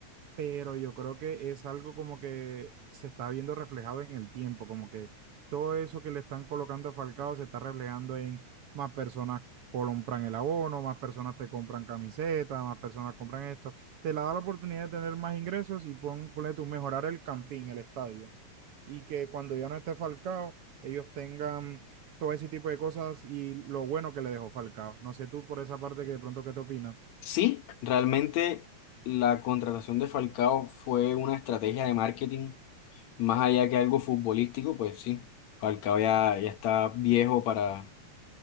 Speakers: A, on the right; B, on the left.
A: pero yo creo que es algo como que se está viendo reflejado en el tiempo, como que todo eso que le están colocando a Falcao se está reflejando en más personas compran el abono, más personas te compran camisetas, más personas compran esto, te la da la oportunidad de tener más ingresos y pon, ponle tú mejorar el campín, el estadio, y que cuando ya no esté Falcao, ellos tengan todo ese tipo de cosas y lo bueno que le dejó Falcao. No sé tú por esa parte que de pronto qué te opinas.
B: Sí, realmente la contratación de Falcao fue una estrategia de marketing, más allá que algo futbolístico, pues sí, Falcao ya, ya está viejo para